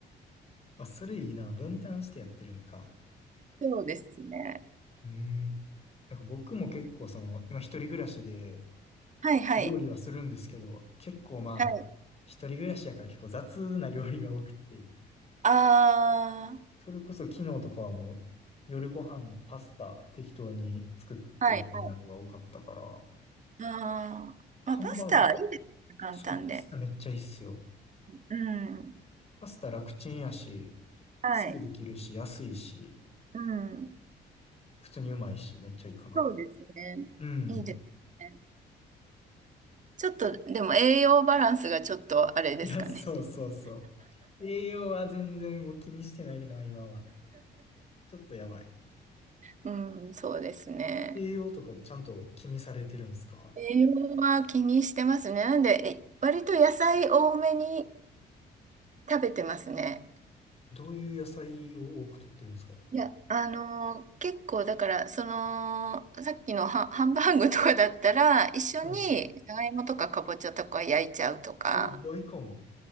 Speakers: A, on the left; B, on the right.
A: あ、それいいな。分担してやってるんか。
B: そうですね。
A: うーん。なんか僕も結構その、今一人暮らしで
B: はいはい。
A: 料理はするんですけど、結構まあ、
B: はい。
A: 一人暮らしやから結構雑な料理が多くて、
B: あ
A: それこそ昨日とかはもう夜ご飯パスタ適当に作ってみたみたいなのが多かったから、
B: あはいはい。ああ、
A: ハンバーグ、
B: まあ、パスタいいですね、簡単で。
A: そう、パスタめっちゃいいっすよ。
B: うん。
A: パスタ楽ちんやし、
B: はい。
A: すぐできるし、安いし、
B: うん。
A: 普通にうまいし、めっちゃいいかな。
B: そうですね。
A: うん。
B: いいですね。ちょっと、でも栄養バランスがちょっとあれですかね。
A: いや、そうそうそう。栄養は全然もう気にしてないな、今は。ちょっとやばい。
B: うん、そうですね。
A: 栄養とかちゃんと気にされてるんですか
B: 栄養は気にしてますね。なんで、え割と野菜多めに食べてますね。
A: どういう野菜を多く取ってるんですか
B: いや、あのー結構だから、その、さっきのハ、ハンバーグとかだったら、一緒にじゃがいもとかかぼちゃとか焼いちゃうとか、
A: はい。お、意外かも。